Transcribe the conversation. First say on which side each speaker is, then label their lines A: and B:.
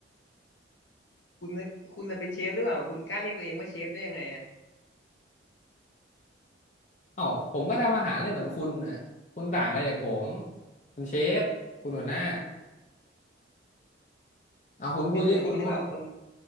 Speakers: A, on the left (about 65°); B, on the left (about 40°).
A: คุณน่ะคุณน่ะเป็นเชฟหรือเปล่าคุณกล้าเรียกตัวเองว่าเชฟได้ยังไงอ่ะ
B: ๆเอ้าผมก็ทำอาหารได้เหมือนคุณน่ะคุณต่างอะไรจากผมคุณเชฟคุณหัวหน้าเอาคุณพูดที่คุณ
A: คุณเป็นเหมือนนี่หรือเปล่าคน